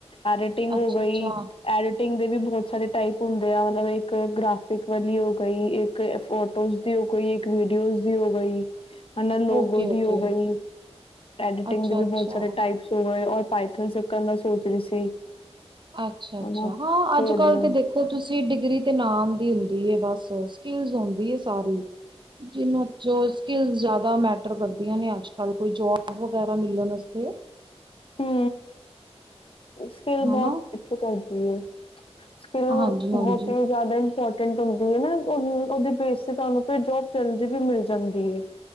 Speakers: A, on the left; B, on the right.
A: ਐਡੀਟਿੰਗ
B: ਅੱਛਾ
A: ਹੋ ਗਈ।
B: ਅੱਛਾ
A: ਐਡੀਟਿੰਗ ਦੇ ਵੀ ਬਹੋ ਬਹੁਤ ਸਾਰੇ ਟਾਈਪ ਹੁੰਦੇ ਆ ਮਤਲਬ ਇੱਕ ਗ੍ਰਾਫਿਕ ਵਾਲੀ ਹੋ ਗਈ ਇੱਕ ਫੋਟੋਜ਼ ਦੀ ਹੋ ਗਈ ਇੱਕ ਵੀਡੀਓਜ਼ ਦੀ ਹੋ ਗਈ। ਹਨਾਂ ਲੋਗੋ
B: ਓਕੇ ਓਕੇ
A: ਦੀ ਹੋ ਗਈ। ਐਡੀਟਿੰਗ
B: ਅੱਛਾ
A: ਦੇ ਵੀ
B: ਅੱਛਾ
A: ਬਹੁਤ ਸਾਰੇ ਟਾਈਪਸ ਹੋ ਗਏ ਔਰ ਪਾਈਥਨ ਸਿੱਖਣ ਨਾਲ ਸੋਚ ਰਹੀ ਸੀ।
B: ਅੱਛਾ ਅੱਛਾ
A: ਹਨਾ
B: ਹਾਂ,
A: ਕੋਡਿੰਗ
B: ਅੱਜ ਕੱਲ ਤੇ ਦੇਖੋ ਤੁਸੀਂ ਡਿਗਰੀ ਤੇ ਨਾਮ ਦੀ ਹੁੰਦੀ ਐ ਬਸ ਬਸ ਸਕਿਲਸ ਹੁੰਦੀ ਸਾਰੀ ਜਿਹਨੂੰ ਜੋ ਸਕਿਲਸ ਜ਼ਿਆਦਾ ਮੈਟਰ ਕਰਦੇ ਹੁੰਦੀਆਂ ਨੇ ਅੱਜ ਕੱਲ ਕੋਈ ਜੋਬ ਵਗੈਰਾ ਮਿਲਣ ਵਾਸਤੇ।
A: ਹੂੰ ਸਕਿੱਲ ਬਹੁਤ
B: ਹਨਾ
A: <unintelligible> ਕਰਦੀ ਤੇ ਸਕਿੱਲ
B: ਹਾਂਜੀ ਹਾਂਜੀ
A: ਬਹੁਤ ਹੀ ਜ਼ਿਆਦਾ ਇੰਪੋਰ <unintelligible> ਓਹਦੇ ਬੇਸ ਤੇ ਤੁਹਾਨੂੰ ਜੋਬ ਜਲਦੀ ਵੀ ਮਿਲ ਜਾਂਦੀ ਹੈ।